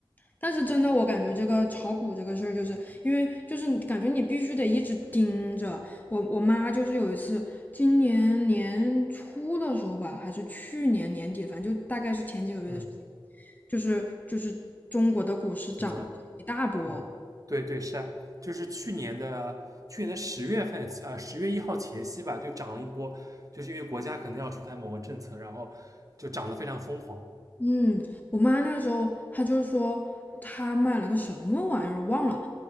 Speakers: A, on the left; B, on the right.
A: 但是真的，我感觉这个炒股这个事儿，就是因为就是感觉你必须得一直盯着。我我妈就是有一次，今年年初的时候吧，还是去年年底，反正就大概是前几个月的事情，
B: 嗯，
A: 就是就是中国的股市涨了一大波，
B: 怎么了？嗯，对对是啊，就是去年的去年的十月份啊，十、月一号前夕吧，就涨了一波，就是因为国家可能要出台某个政策，然后就涨得非常疯狂。
A: 嗯，我妈那个时候她就说她买了个什么玩意儿忘了，